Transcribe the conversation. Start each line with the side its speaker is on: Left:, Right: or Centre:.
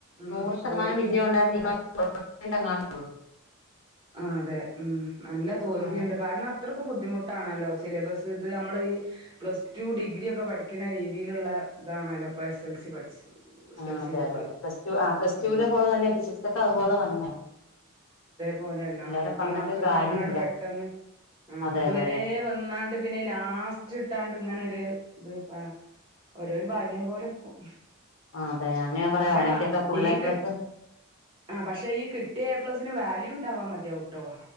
Right: ഉം
Left: നൂറ് ശതമാനം
Right: തോൽവിയും
Left: വിജയം ഉണ്ടായിരുന്നുപ്പ <unintelligible> ണ്ടങ്ങാണ്ടേള്ള്
Right: ആഹ് അതെ ഉം നല്ല തോൽവിയുണ്ട്
Left: ആ അതെ
Right: കാരണം അത്രയ്ക്കും ബുദ്ധിമുട്ടാണല്ലോ സിലബസ് ഇത് നമ്മള് ഈ പ്ലസ് ടു ഡിഗ്രി ഒക്കെ പഠിക്കുന്ന രീതിയിലുള്ള ഇതാണല്ലോ ഇപ്പൊ എസ് എൽ സി പഠിച്ച്. എസ്
Left: ആഹ്
Right: എൽ
Left: അതെ
Right: സി ബുക്ക്
Left: അതെ അതെ പ്ലസ് ടു ആ പ്ലസ്ടൂവിലെ
Right: ഉം
Left: പോലെ തന്നെ ഫിസിക്സ് ഒക്കെ അതുപോലെ തന്നെ.
Right: പോലാണല്ലോ
Left: പിള്ളേരെ
Right: അപ്പൊ
Left: പറഞ്ഞിട്ടും
Right: ഈ മക്കൾക്ക്
Left: കാര്യമില്ല
Right: അങ്ങനെ പെട്ടെന്ന്
Left: അതെ
Right: ഇതുവരേ
Left: അതെ അതെ
Right: വന്നാണ്ട് പിന്നെ ലാസ്റ്റ് ഇട്ടാണ്ട് ഇങ്ങനെ ഒരു ഇത് ഓരോരു ഭാഗ്യം പോലെക്കും.
Left: ആഹ് അതെ ഞന് ഞാൻ പറയാ
Right: പക്ഷെ
Left: എനിക്കൊക്കെ
Right: വ
Left: ഫുള്
Right: ഈ
Left: എ പ്ലസ്.
Right: കി ആഹ് പക്ഷെ ഈ കിട്ടിയ എ പ്ലസിന് വാല്യൂ ഉണ്ടാവാ മതിയാവു ട്ടോ.